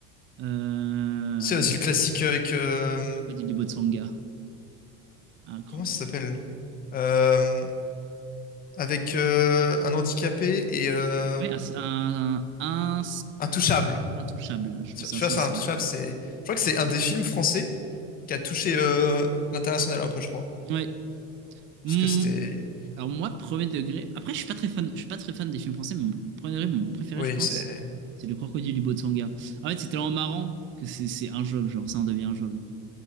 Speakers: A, on the right (about 35°); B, on the left (about 25°).
A: Euh,
B: C'est aussi le classique avec... euh,
A: Le crocodile du Botsanga. Incroyable.
B: Comment ça s'appelle? Euh, Avec euh, un handicapé et euh,
A: Oui, un, un, un-
B: Intouchable.
A: intouchable. Je
B: Tu
A: pensais
B: tu
A: insaisissable.
B: vois, ça, Intouchable, c'est... Je crois que
A: Je
B: c'est un
A: ne l'ai
B: des
A: pas
B: films
A: vu.
B: français qui a touché euh, l'international un peu, je crois.
A: Ouais. Hmm.
B: Parce que c'était...
A: Alors moi, premier degré. Après, je suis pas très fan. Je suis pas très fan des films français, mais mon premier degré, mon préféré,
B: Oui,
A: je pense,
B: c'est...
A: c'est Le Crocodile du Botsanga. En fait, c'est tellement marrant que c'est c'est injouable, genre ça en devient injouable.